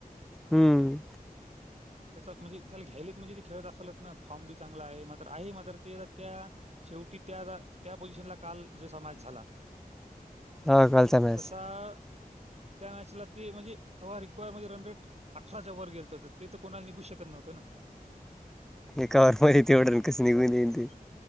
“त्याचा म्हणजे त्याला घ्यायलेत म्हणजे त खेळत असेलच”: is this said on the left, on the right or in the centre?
Right